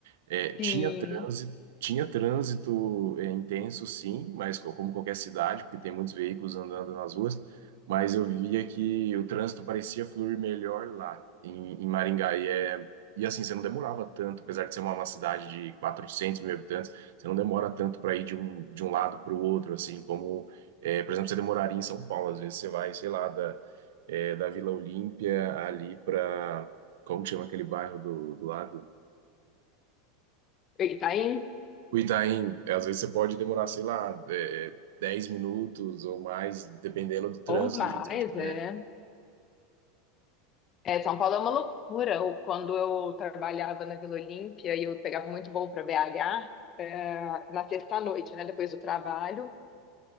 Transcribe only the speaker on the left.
Sim,
Itaim,
ou mais,
é. É, São Paulo é uma loucura. Eu- quando eu trabalhava na Vila Olímpia e eu pegava muito voo para BH, é, na sexta-noite, né, depois do trabalho,